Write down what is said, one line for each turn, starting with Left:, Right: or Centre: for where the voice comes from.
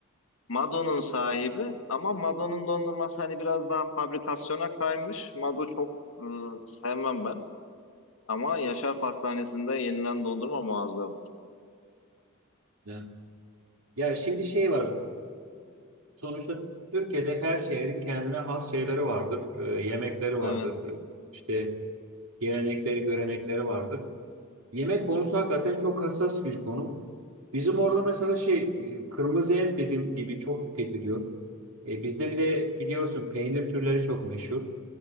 Left: Mado'nun sahibi ama Mado'nun dondurması hani biraz daha fabrikasyona kaymış. Mado çok e, sevmem ben. Ama Yaşar Pastanesi'nde yenilen dondurma muazzam.
Right: Ne? Ya şimdi şey var. Sonuçta Türkiye'de her şehrin kendine has şeyleri vardır. Ee, yemekleri vardır.
Left: Evet,
Right: Ee, İşte gelenekleri, görenekleri vardır. Yemek konusu hakikaten çok hassas bir konu. Bizim orada mesela şey e, kırmızı et dediğim gibi çok tüketiliyor. E, bizde bir de biliyorsun peynir türleri çok meşhur.